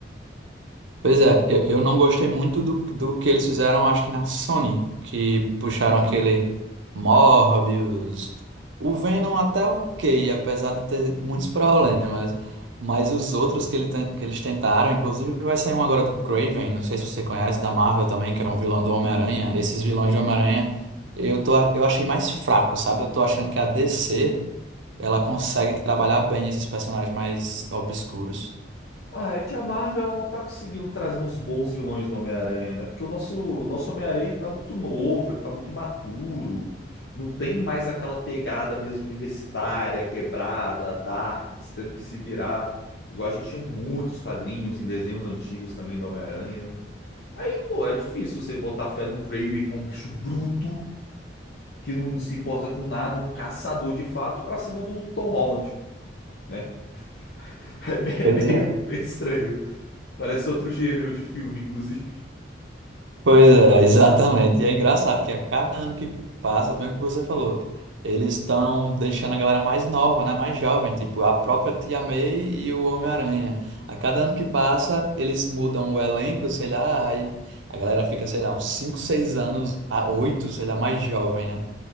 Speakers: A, on the right; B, on the left.
A: Pois é, eu, eu não gostei muito do, do que eles fizeram, acho que na Sony, que puxaram aquele Morbius. O Venom até ok, apesar de ter muitos problemas. Mas os outros que, ele, ten- que eles tentaram, inclusive vai sair um agora do Craven, não sei se você conhece, da Marvel também, que é um vilão do Homem-Aranha. Esses vilões de Homem-Aranha eu, tô, eu achei mais fraco, sabe? Eu tô achando que a DC ela consegue trabalhar bem esses personagens mais obscuros.
B: Ah, é que a Marvel ela não tá conseguindo trazer uns bons vilões do Homem-Aranha, né? Porque o nosso, nosso Homem-Aranha tá muito novo, ele tá muito imaturo. Não tem mais aquela pegada mesmo universitária, quebrada, dark, tendo que se virar. Igual a gente tinha em muitos quadrinhos, em desenhos antigos também do Homem-Aranha. Aí, pô, é difícil você botar fé num Craven, que é um bicho bruto, que não se importa com nada, um caçador de fato, pra cima do Tom Holland, né? <laughs> É me- é
A: Pois
B: meio,
A: é,
B: meio estranho. Parece outro gênero de filme, inclusive.
A: pois é, <laughs> exatamente. E é engraçado que a cada ano que passa, bem o que você falou, eles estão deixando a galera mais nova, né? Mais jovem, tipo a própria Tia May e o Homem-Aranha. A cada ano que passa, eles mudam o elenco, sei lá, aí a galera fica, sei lá, uns 5 6 anos, a 8 sei lá, mais jovem, né?